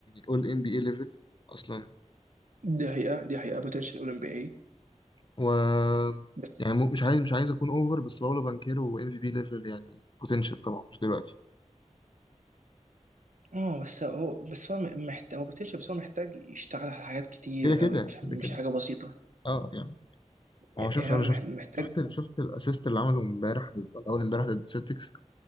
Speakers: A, on the left (about 40°); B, on the right (about 85°).
A: أول إن بي إيه ليفل أصلا
B: دي حقيقه دي حقيقه بوتنشال اولمبي اي
A: و
B: بس
A: يعني مو- مش عايز مش عايز اكون اوفر بس باولو بانكيرو ام في بي ليفل يعني بوتنشال طبعا مش دلوقتي
B: اه بس هو بس هو محتاج هو بوتنشال بس هو محتاج يشتغل على حاجات كتير
A: كده كده
B: قوي مش
A: كده
B: مش
A: كده
B: حاجه بسيطه
A: اه يعني
B: يعني
A: هو شوف
B: يعني
A: انا
B: هو مح-
A: شفت
B: محتاج
A: شفت ال- شفت الاسيست اللي عمله امبارح ضد ولا اول امبارح ضد سيلتكس